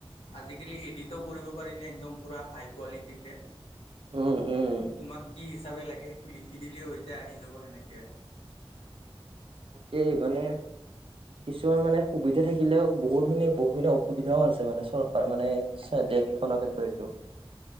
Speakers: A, on the left; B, on the right.
A: আজিকালি এডিটো কৰিব পাৰিনে একদম পুৰা হাই কোৱালিটিতে।
B: উম উম
A: তোমাক কি? হিচাপে প লাগে সেইটো লিখি দিলে হৈ যায় আহি যাব সেনেকৈ।
B: তাকেই মানে। <unintelligible> কিছুমান মানে সুবিধা থাকিলেও বহুতখিনি-বহুতখিনি অসুবিধাও আছে মানে চৰকাৰ মানে। দেশ এখনৰ ক্ষেত্ৰ এইটো।